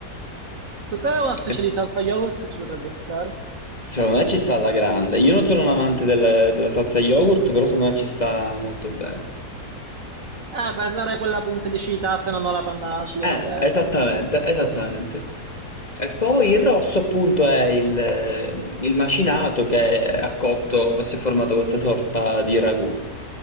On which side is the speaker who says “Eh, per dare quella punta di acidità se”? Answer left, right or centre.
Right